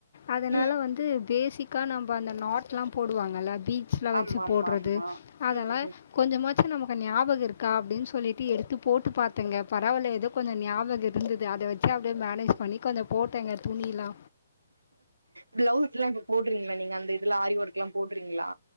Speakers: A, on the left; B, on the right.
A: அதனால
B: ம்
A: வந்து பேசிக்கா நம்ப அந்த நாட்டெல்லா போடுவாங்கல்ல பீ ட்ஸ்லா வெச்சி
B: ஆமா ஆமா
A: போடுறது
B: ஆமா
A: அதெல்லா
B: ம் ம்
A: கொஞ்சமாச்சி நமக்கு நியாபகோ இருக்கா அப்டின் சொ சொல்லிட்டு எடுத்து போட்டு பாத்தேங்க பரவால்ல ஏதோ கொஞ்சோ ஞாபகோ இருந்தது அத வெச்சு அப்டியே மேனேஜ் பண்ணி கொஞ்சோ போட்டேங்க துணிலா
B: ப்ளவுஸ்ல்லா இப்ப போட்றீங்ளா நீங்க அந்த இதுல ஆரி ஒர்க்ல்லா போட்றீங்ளா